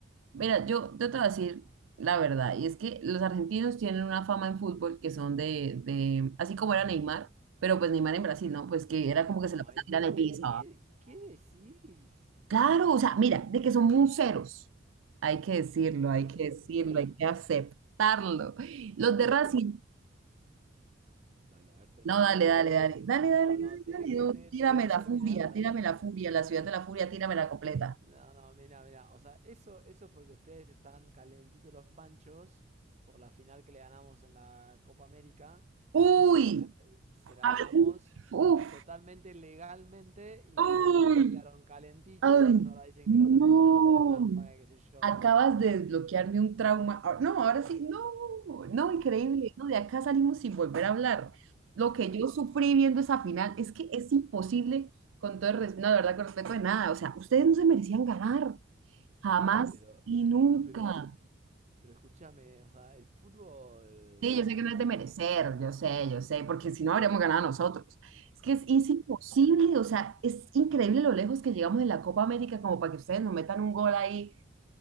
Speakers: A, on the right; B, on the right.
A: Mira, yo, yo te voy a decir la verdad, y es que los argentinos tienen una fama en fútbol que son de, de, así como era Neymar, pero pues Neymar en Brasil, ¿no? Pues que era como que
B: Ay,
A: se la pasaba tirando
B: pero
A: el piso.
B: ¿qué, qué decís?
A: Claro, o sea, mira, de que son museros. Hay que decirlo, hay
B: Pero,
A: que decirlo,
B: pero,
A: hay que aceptarlo. Los
B: pero
A: de
B: eso
A: Racing,
B: porque... Dale, a ver, terminate.
A: no, dale,
B: Te,
A: dale,
B: te-
A: dale, dale
B: No,
A: dale dale
B: no, te dejo, te,
A: tírame
B: te dejo
A: tírame
B: terminar.
A: tírame
B: Mira,
A: la la la la la furia furia furia ciudad de la furia, tírame la completa
B: No, no, mira, mira, o sea, eso, eso es porque ustedes están calentitos los panchos por la final que le ganamos en la Copa América,
A: Uy,
B: que se la, se la
A: A
B: ganamos
A: ver, uf,
B: totalmente legalmente y
A: ¡ay!
B: ustedes se quedaron calentitos,
A: ay,
B: entonces ahora dicen
A: no.
B: que los argentinos hacen trampa, que qué sé yo.
A: Acabas de desbloquearme un trauma. Ah, No, ahora sí, no, no, increíble. No, de acá salimos sin volver a hablar. Lo que yo sufrí viendo esa final es que es imposible, con todo el respeto, no, de verdad, con respeto de nada. O sea, ustedes no se merecían ganar, jamás
B: A ver, pero,
A: y nunca.
B: pero, pero escúchame, o sea, el fútbol,
A: Sí,
B: nada,
A: yo sé que no es
B: se,
A: de merecer, yo sé, yo sé, porque si no habríamos ganado nosotros. Es que es, es imposible, o sea, es increíble lo lejos que llegamos en la Copa América como para que ustedes nos metan un gol ahí.